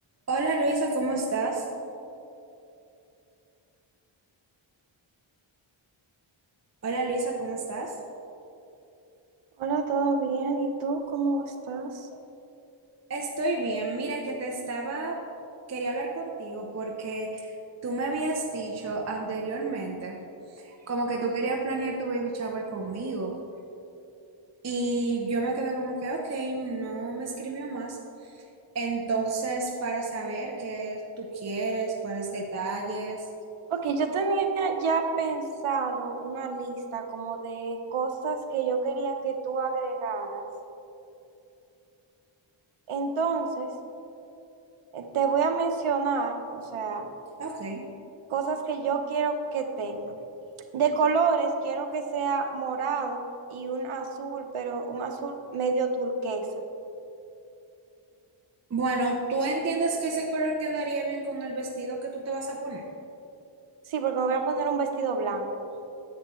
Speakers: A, on the right; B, on the right.
A: Hola Luisa, ¿cómo estás? Hola Luisa, ¿cómo estás?
B: Hola, ¿todo bien? ¿Y tú cómo estás?
A: Estoy bien. Mira que te estaba, quería hablar contigo porque tú me habías dicho anteriormente como que tú querías planear tu baby shower conmigo y yo me quedé como que, ok, no me escribió más. Entonces, para saber qué tú quieres, cuáles detalles.
B: Ok, yo tenía ya pensado una lista como de cosas que yo quería que tú agregaras. Entonces, eh, te voy a mencionar, o sea,
A: Ok.
B: cosas que yo quiero que tengan. De colores, quiero que sea morado y un azul, pero un azul medio turquesa.
A: Bueno, ¿tú entiendes que ese color quedaría bien con el vestido que tú te vas a poner?
B: Sí, porque me voy a poner un vestido blanco.